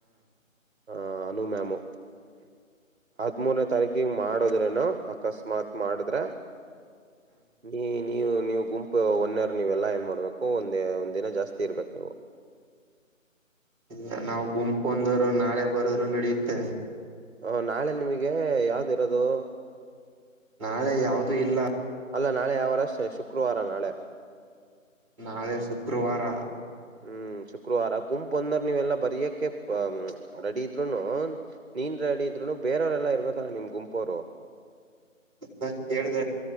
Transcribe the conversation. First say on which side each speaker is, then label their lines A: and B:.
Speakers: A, on the right; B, on the right.
A: ಹ ಅನು ಮ್ಯಾಮು ಹದ್ಮೂರ್ನೇ ತಾರೀಕಿಗೆ ಮಾಡುದ್ರೇನು ಅಕಸ್ಮಾತ್ ಮಾಡಿದ್ರೆ ನೀ ನೀವು ನೀವು ಗುಂಪ್ ಒನೆವ್ರ್ ನೀವೆಲ್ಲಾ ಏನ್ ಮಾಡ್ಬೇಕು ಒಂದ್ ಒಂದಿನ ಜಾಸ್ತಿ ಇರ್ಬೇಕು ನೀವು.
B: ಇಲ್ಲ ನಾವ್ ಗುಂಪು ಒಂದೋರ್ ನಾಳೆ ಬರುದ್ರು ನಡ್ಯುತ್ತೆ.
A: ಹ ನಾಳೆ ನಿಮಿಗೆ ಯಾವ್ದಿರೋದು.
B: ನಾಳೆ ಯಾವ್ದೂ ಇಲ್ಲ.
A: ಅಲ್ಲ ನಾಳೆ ಯಾವ್ವಾರ. ಶುಕ್ರವಾರ ನಾಳೆ.
B: ನಾಳೆ ಶುಕ್ರವಾರ.
A: ಹ್ಮ್ ಶುಕ್ರವಾರ ಗುಂಪ್ ಒಂದ್ರ್ ನೀವೆಲ್ಲ. ಬರಿಯಕ್ಕೆ ಹ್ಮ್. ರೆಡಿ ಇದ್ರುನು ನೀನ್ ರೆಡಿ ಇದ್ರುನು ಬೇರೆಯವರೆಲ್ಲಾ ಇರ್ಬೇಕಲ್ಲ ನಿಮ್ ಗುಂಪೋರು.
B: ನಾನ್ ಕೇಳ್ದ